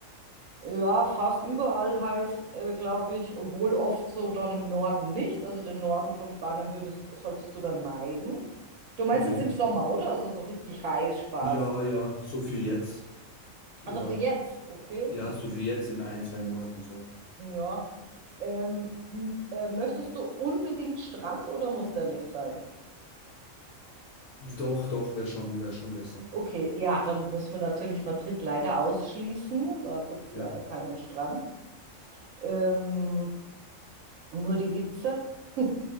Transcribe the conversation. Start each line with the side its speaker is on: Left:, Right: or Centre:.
Right: Ja, fast überall heiß, äh, glaube ich, obwohl oft so dann im Norden nicht. Also den Norden von Spanien würdest, solltest du dann meiden. Du meinst
Left: Okay.
Right: jetzt im Sommer, oder? Also so richtig heiß Spaß.
Left: Ja, ja, so viel jetzt. Ja.
Right: Also für jetzt, okay.
Left: Ja, so für jetzt in ein, zwei Monaten so.
Right: Hm, Ja. Ähm, m- äh, möchtest du unbedingt Strand oder muss der nicht sein?
Left: Doch, doch, wäre schon, wäre schon besser.
Right: Okay, ja, dann müssen wir natürlich Madrid leider ausschließen. Da gibt es
Left: Ja.
Right: leider keinen Strand. Ähm, nur die Hitze. <laughs>